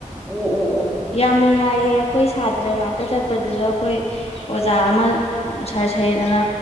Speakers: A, in the centre; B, on the left (about 50°).
A: ꯑꯣ ꯑꯣ ꯑꯣ
B: ꯌꯥꯝ ꯅꯨꯡꯉꯥꯏꯌꯦ ꯑꯩꯈꯣꯏ ꯁꯥꯇ꯭ꯔ ꯉꯇ ꯇ ꯆꯠꯄꯗꯨꯗ ꯑꯩꯈꯣꯏ ꯑꯣꯖꯥ ꯑꯃ ꯁꯥꯔ ꯁꯍꯦꯠ ꯑꯅ